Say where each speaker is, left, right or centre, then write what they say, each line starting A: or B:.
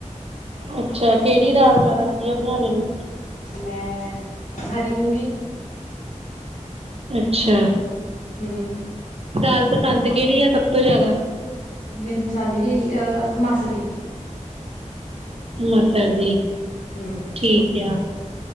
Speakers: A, on the right; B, on the left.
A: ਅੱਛਾ, ਕਿਹੜੀ ਦਾਲ ਜਿਆਦਾ ਵਧੀਆ ਬਣਾ ਲੈਂਨੇ ਔ।
B: ਮੈਂ ਹਰੀ ਮੂੰਗੀ,
A: ਅੱਛਾ,
B: ਹੂੰ,
A: ਗ ਪਸੰਦ ਕਿਹੜੀ ਆ ਸਭ ਤੋਂ ਜ਼ਿਆਦਾ,
B: ਮੈਨੂੰ ਪਸੰਦ ਵੀ ਇਹੀ ਅ ਮਾਸਰੀ
A: ਮਸਰ ਦੀ
B: ਹੂੰ
A: ਠੀਕ ਆ।